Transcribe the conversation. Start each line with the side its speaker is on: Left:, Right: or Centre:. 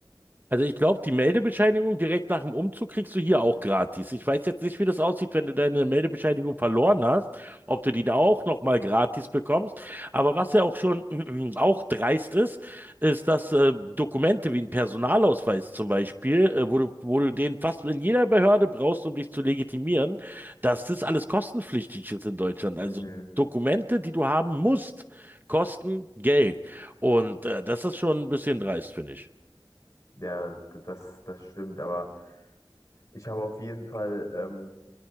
Right: Also ich glaube, die Meldebescheinigung direkt nach dem Umzug kriegst du hier auch gratis. Ich weiß jetzt nicht, wie das aussieht, wenn du deine Meldebescheinigung verloren hast, ob du die da auch nochmal gratis bekommst. Aber was ja auch schon <clears throat> auch dreist ist, ist, dass äh, Dokumente wie ein Personalausweis zum Beispiel, äh, wo du, wo du den fast in jeder Behörde brauchst, um dich zu legitimieren, dass das alles kostenpflichtig ist in Deutschland. Also
Left: Mhm.
Right: Dokumente, die du haben musst, kosten Geld. Und äh, das ist schon ein bisschen dreist, finde ich.
Left: Ja, d- das, das stimmt, aber ich habe auf jeden Fall, ähm,